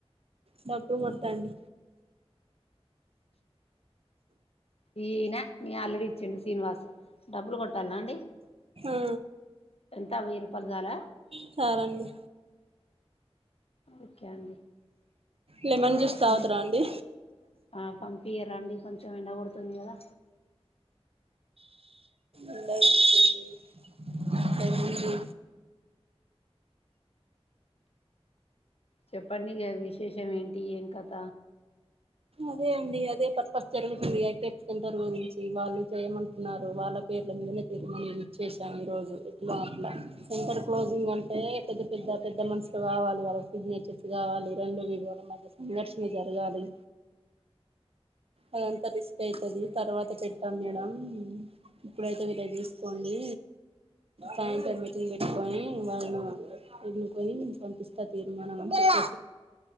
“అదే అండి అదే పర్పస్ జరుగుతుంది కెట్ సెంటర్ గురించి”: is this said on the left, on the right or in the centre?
Right